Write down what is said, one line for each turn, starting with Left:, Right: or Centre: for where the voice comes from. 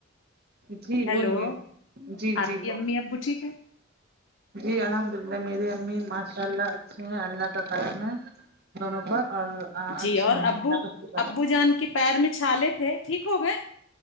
Right: جی
Left: ہیلو
Right: بولیے جی جی
Left: آپ کی امی ابو ٹھیک ہے
Right: جی الحمد اللہ میری امی ماشاء اللہ اچھے ہیں اللہ کا کارم ہے دونوں پر اور اچھے
Left: جی اور
Right: ہے
Left: ابو
Right: اللہ کا شکر
Left: ابو
Right: ہے
Left: جان کے پیر میں چھالے تھے ٹھیک ہو گئے